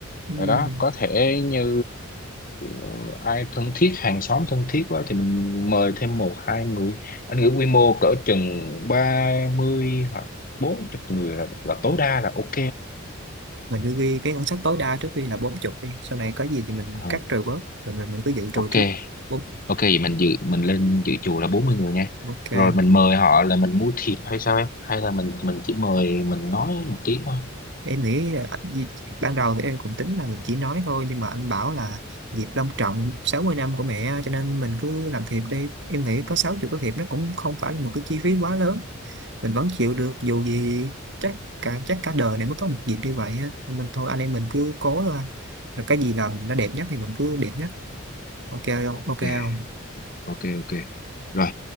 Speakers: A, on the right; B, on the left.
A: Ừm,
B: rồi đó có thể như ờ, ai thân thiết hàng xóm thân thiết quá thì mình mời thêm một hai người anh nghĩ quy mô cỡ chừng ba mươi hoặc 40 người là, là tối đa là ok
A: mình cứ ghi cái ngân sách tối đa trước khi là bốn chục đi sau này có gì thì mình
B: Ờ,
A: cắt trừ bớt mình mình, mình cứ dự trừ
B: ok
A: trước bốn
B: ok vậy mình dự mình lên dự chùa là 40 người nha
A: ok
B: rồi mình mời họ là mình mua thiệp hay sao em hay là mình mình chỉ mời mình nói một tiếng thôi
A: em nghĩ ờ, dịp- ban đầu thì em cũng tính là mình chỉ nói thôi nhưng mà anh bảo là dịp long trọng 60 năm của mẹ cho nên mình cứ làm thiệp đi em nghĩ có 60 cái thiệp nó cũng không phải là một cái chi phí quá lớn mình vẫn chịu được dù gì chắc cả chắc cả đời này mới có một dịp như vậy ha nên thôi anh em mình cứ cố thôi anh. rồi cái gì làm nó đẹp nhất thì mình cứ đẹp nhất ok không
B: ok
A: ok không
B: ok ok rồi